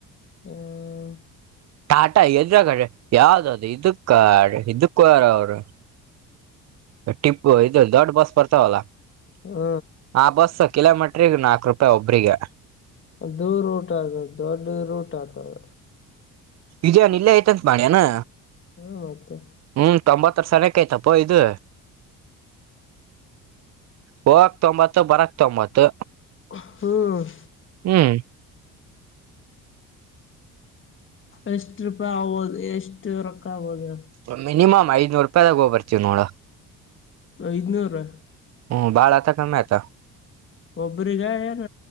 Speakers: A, on the left (about 35°); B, on the right (about 50°).
A: ಹ್ಮ್.
B: ಟಾಟಾ ಎದ್ರ ಗಾಡಿ ಯಾವ್ದ ಅದು ಇದಕ್ಕ ಕಡೆ ಇದಕ್ಕರ ಅವರು ಟಿಪ್ಪು ಇದು ದೊಡ್ಡ ಬಸ್ ಬರ್ತಾವಲ್ಲಾ
A: ಹ್ಮ
B: ಆ ಬಸ್ಸ ಕಿಲೋಮೀಟ್ರಗ್ ನಾಲ್ಕು ರೂಪಾಯಿ ಒಬ್ರಿಗೆ
A: ದದು ರೂಟ್ ಆಗ್ತದೆ ದೊಡ್ಡ ರೂಟ್ ಆಗ್ತದೆ
B: ಇದನ್ ಇಲ್ಲೇ ಆಯ್ತ ಅತ್ ಮಾಡಿ ಅನಾ
A: ಹ್ಮ ಮತ್ತೆ
B: ಹ್ಮ್ ತೊಂಬತ್ತ ವರ್ ಸನಕ್ಕೆ ಆಯ್ತಪ್ಪ ಇದು ಹೋಗಕ್ ತೊಂಬತ್ತು ಬರಕ್ ತೊಂಬತ್ತು
A: ಹ್ಮಂ
B: ಹ್ಮ್
A: ಎಷ್ಟ ರೂಪಾಯಿ ಆಗ್ಬೋದು ಎಷ್ಟು ರೊಕ್ಕ ಆಗ್ಬೋದು
B: ಮಿನಿಮ್ ಐದನೂರು ರೂಪಾಯಿಾಗ ಹೋಗಿ ಬರ್ತೀ ನೋಡ
A: ಐದನೂರ
B: ಹ್ಮ್ ಬಾಳ ಆತ ಕಮ್ಮಿ ಆಯತಾ
A: ಒಬ್ಬ್ರಗ ಏನ